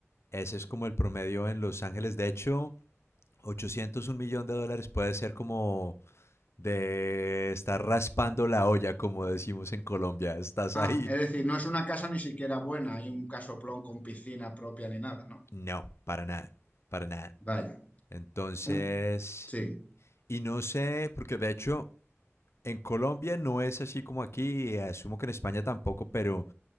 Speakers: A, on the left; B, on the left.
A: ese es como el promedio en Los Ángeles. De hecho, 800, un millón de dólares puede ser como de estar raspando la olla, como decimos en Colombia, estás
B: Ah,
A: ahí.
B: es decir, no es una casa ni siquiera buena, hay un casoplón con piscina propia ni nada, ¿no?
A: No, para nada, para nada.
B: Vaya.
A: Entonces,
B: Mm, Sí,
A: y no sé, porque de hecho en Colombia no es así como aquí, y asumo que en España tampoco, pero